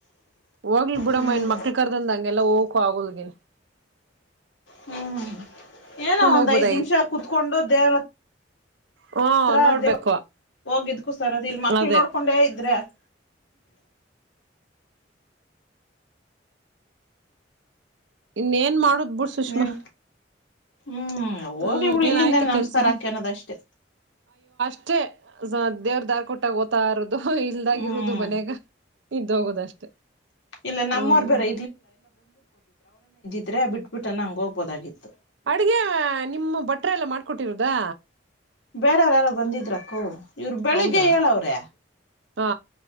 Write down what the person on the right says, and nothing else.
ಹೋಗ್ಲಿ ಬಿಡಮ್ಮ
ಇನ್ ಮಕ್ಳ ಕರ್ದಂದ ಹಂಗೆಲ್ಲ ಹೋಗಿ ಕಗಲ್ಗಿನ <unintelligible>
ಹೋಗ್ಬೋದಾಗಿತ್ತು
ಹಾ
ನೋಡ್ಬೇಕು
ಅದೇ
ಇನ್ನೇಏನ್ ಮಾಡು ಅಬು ಸುಷ್ಮಾ
ಹ್ಮ್
ಏನ್ ಆಯ್ತು
ಕೆಲ್ಸದ
ಷ್ಟೆ ಸ ದೇವ್ರ ದಾರ್ ಕೊಟ್ಟಾಗ ಓ್ತಾ ಇರೋದು ಇಲ್ದಾಗಿರುದು
ಮನ್ಯಾಗ ಇದ್ದ ಹೋಗುದಷ್ಟೆ
ಹ್ಮ್
ಅಡ್ಗೆ ನಿಮ್ಮ ಬಟ್ಟ್ರ ಎಲ್ಲ ಮಾಡ್ಕೊಟ್ಟಿರುದಾ
ಹೌದಾ
ಹ